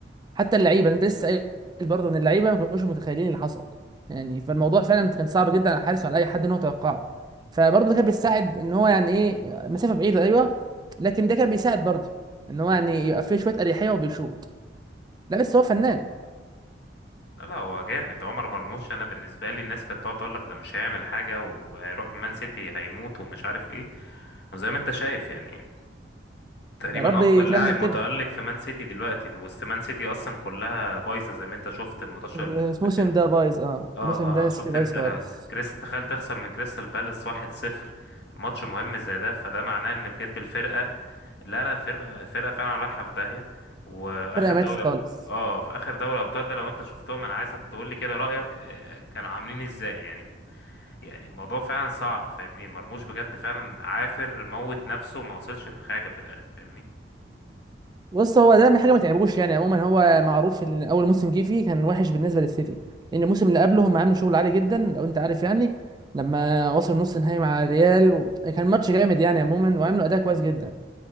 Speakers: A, on the right (about 20°); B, on the left (about 65°).
A: حتى اللعيبه انت لسه قايل برضه ان اللعيبه ما كانوش متخيلين اللي حصل يعني فالموضوع فعلا كان صعب جدا على الحارس وعلى اي حد ان هو يتوقعه فبرضه ده كان بيساعد ان هو يعني ايه مسافه بعيده ايوه لكن ده كان بيساعد برضه ان هو يعني يبقى فيه شويه اريحيه وبيشوط لا بس هو فنان
B: لا لا هو جامد عمر مرموش انا بالنسبة لي الناس كانت تقعد تقول لك ده مش هيعمل حاجة وهيروح مان سيتي هيموت ومش عارف ايه وزي ما انت شايف يعني تقريبا
A: يا رب
B: اكتر
A: يكمل
B: لاعب متألق
A: كده
B: في مان سيتي دلوقتي وسط مان سيتي اصلا كلها بايظة زي ما انت شفت الماتش
A: الموسم
B: اللي في الاخر
A: ده بايظ اه
B: اه
A: الموسم ده
B: اه شفت
A: سيتي بايظ
B: انت
A: خالص
B: لا كريس تخيل تخسر من كريستال بالاس 1-0 في ماتش مهم زي ده فده معناه ان بجد الفرقة لا لا فرقة فرقة فعلا رايحة في داهية واخر
A: فرقه ماتت
B: دوري
A: خالص
B: اه في اخر دوري ابطال ده لو انت شفتهم انا عايزك تقول لي كده رأيك آه، كانوا عاملين ازاي يعني يعني الموضوع فعلا صعب فاهمني مرموش بجد فعلا عافر موت نفسه وما وصلش لحاجة في الاخر فاهمني
A: بص هو ده حاجه ما تعبوش يعني عموما هو معروف ان اول موسم جه فيه كان وحش بالنسبه للسيتي لان الموسم اللي قبله هم عملوا شغل عالي جدا لو انت عارف يعني لما وصل نص نهائي مع الريال و... كان ماتش جامد يعني عموما وعملوا اداء كويس جدا